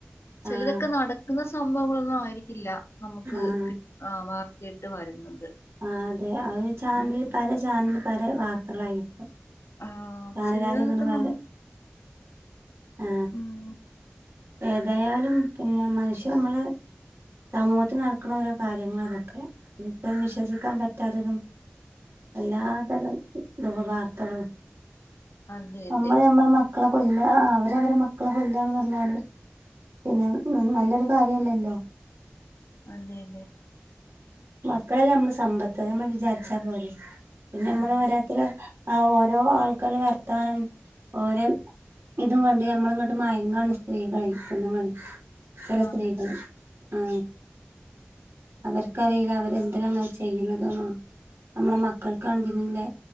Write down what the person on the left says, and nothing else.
ചിലതൊക്കെ
നടക്കുന്ന സംഭവങ്ങളൊന്നും ആയിരിക്കില്ല നമുക്ക്
ക വാർത്തയിട്ട് വരുന്നത്
ഉം
ആഹ്
ചിലതൊക്കെ
നമ്മൾ
ഉം
അതെ
അതെ
അതെ അതെ
അതെ
ആണ്